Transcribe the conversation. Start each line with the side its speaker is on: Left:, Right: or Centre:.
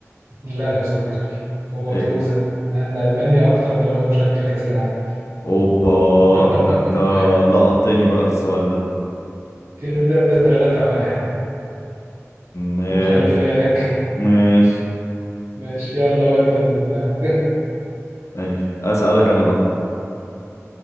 Right: لا يا صديقي هو
Left: العالم
Right: كلوزة أن ألمانيا أكتر دولة مشاركة لكأس العالم
Left: اوبا
Right: <laughs>
Left: ده انت لقطتني بقى في السؤال ده
Right: كده ثلاثة واحد
Left: ماشي
Right: وخلي بالك
Left: ماشي
Right: ماشي يلا ودي أنا معاك.
Left: ماشي اسألك انا بقى